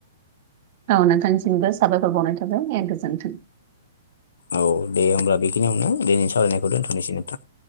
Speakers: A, on the right; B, on the left.
A: औ नोंथांनिसिमबो साबायखर बावनाय थाबाय एन गोजोनथों।
B: औ दे होनब्ला बेखिनियावनो दिनैनि सावरायनायखौ दोनथ'नोसै नोंथां।